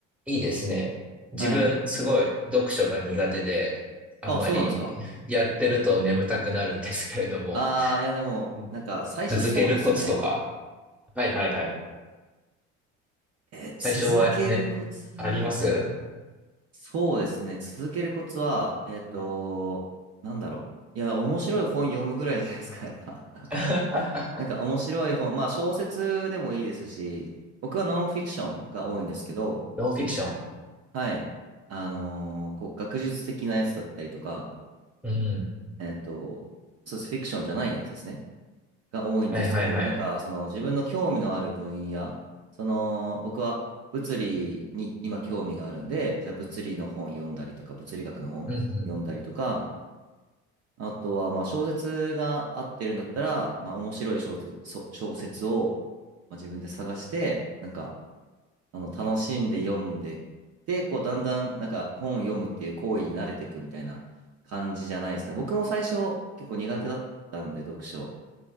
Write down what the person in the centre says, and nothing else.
ー、いいですね。自分すごい読書が苦手で、
あんまりやってると眠たくなるんですけれども、
うん
続けるコツとか。はいはいはい。
最初はね、あります
<laughs>
ノンフィクショ
ン。うん。
はいはいはい。
うんう